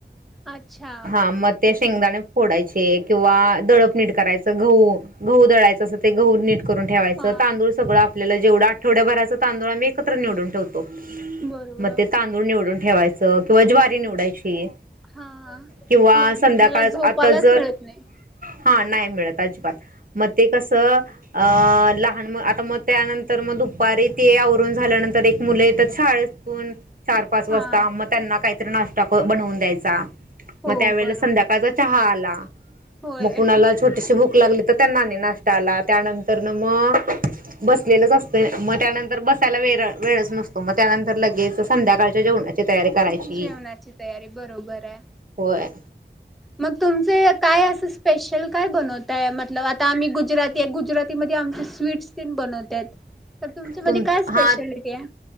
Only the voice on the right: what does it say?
हा मग ते शेंगदाणे फोडायचे किंवा दडप नट करायचं गह गहू दडयचं अस ते गहू नीट करून ठेवायचं
तांदूळ सगळं आ आपल्याला जेवढं आठवड्याभराचं तांदुळ मी एकत्र निवून ठेवतो.
म ते तांदूळ निवडून ठेवायचं किंवा ज्वारी निवडायची.
किंवा संध्याकाळ
आता जर
हा नाही. मिळता अजिबात म ते कसं अ लहान म आता मग त्यानंतर मग दुपारी ते आवरून झाल्यानंतर ते एक मुले येतात शाळातून. चार पाच वाजता.
मग त्यांना काय नाश्ता बनवून द्यायचा.
मग त्यावेेळेला
संध्याकाळचा चहा आला.
मग कुणाला छोटीशी भूक क लागली तर त्यांना आणि नाष्ट्ता आला. त्यानंतर न मग बसलेलंच असतं मग त्यानंतर बसायला वेळ वेळच नसतो. मग त्यानंतर लगेच संध्याकाळच्या जेवणाची तयारी करायची
होय
तुमच
हा